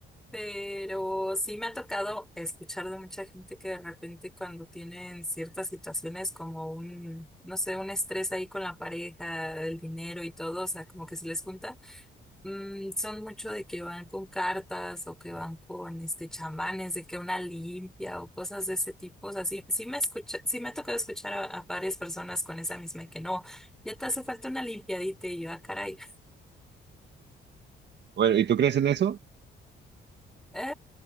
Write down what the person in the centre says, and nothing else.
pero sí me ha tocado escuchar de mucha gente que de repente cuando tienen ciertas situaciones como un, no sé, un estrés ahí con la pareja, el dinero y todo, o sea, como que se les junta Mm, son mucho de que van con cartas o que van con este chamanes, de que una limpia o cosas de ese tipo. O sea, sí, sí me escucha, sí me ha tocado escuchar a, a varias personas con esa misma y que no, ya te hace falta una limpiadita y yo, ah, caray.
Eh,